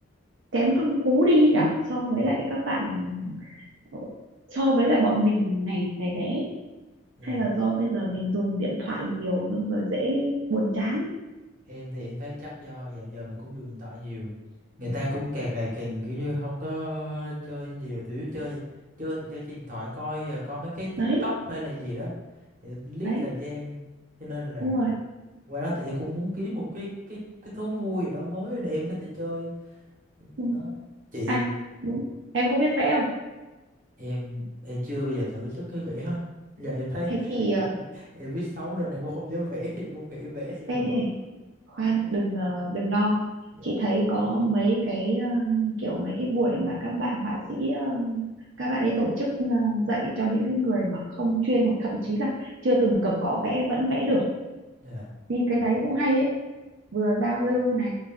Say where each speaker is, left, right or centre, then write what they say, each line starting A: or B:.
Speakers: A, on the right; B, on the right.
A: kém phong phú đi ấy nhỉ so với
B: dạ
A: lại các bạn Ờ, so với lại bọn mình này này bé
B: dạ
A: hay là do bây giờ mình dùng điện thoại
B: chắc
A: nhiều xong rồi dễ buồn chán
B: em thì em thấy chắc do dạo giờ mình cũng dùng điện thoại nhiều người ta cũng càng ngày càng kiểu như không có chơi nhiều kiểu chơi chơi thì chơi trên điện thoại coi ờ, coi mấy cái TikTok
A: đấy
B: hay là gì đó để giết
A: đấy
B: thời gian cho nên là
A: đúng rồi
B: qua đó thì em cũng muốn kiếm một cái cái cái thú vui gì đó mới để em có thể chơi
A: ừ.
B: đó chị
A: à đúng em có biết vẽ không
B: em em chưa bao giờ thử sức cái vẽ hết giờ em thấy
A: thế thì ờ,
B: <laughs> em viết xấu nên em cũng không dám vẽ em cũng nghĩ vẽ xí hồi
A: ê
B: nhỏ
A: khoan
B: đúng không
A: đừng ờ, đừng lo
B: dạ
A: chị thấy có mấy cái ờ, kiểu mấy cái buổi mà các bạn họa sĩ ờ, các bạn ấy tổ chức ờ, dạy cho những cái người mà không chuyên hoặc thậm chí là chưa từng cầm cọ vẽ vẫn vẽ được
B: dạ
A: đi cái đấy cũng hay ấy vừa giao lưu này